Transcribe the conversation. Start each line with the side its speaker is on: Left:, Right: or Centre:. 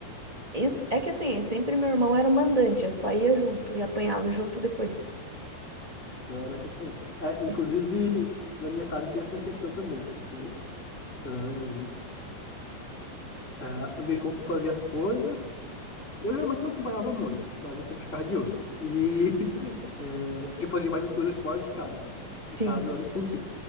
Right: Isso, é que assim, sempre meu irmão era o mandante, eu só ia junto e apanhava junto depois.
Left: Só era acompanhando. É, inclusive,
Right: Isso.
Left: na minha casa tinha essa questão também. Tipo, ahn, ah, meu irmão fazia as coisas. Eu geralmente não acompanhava muito, mas eu sempre ficava de olho. E <laughs> é, que eu fazia mais as coisas fora de casa, sabe?
Right: Sim.
Left: Em casa eu era o santinho.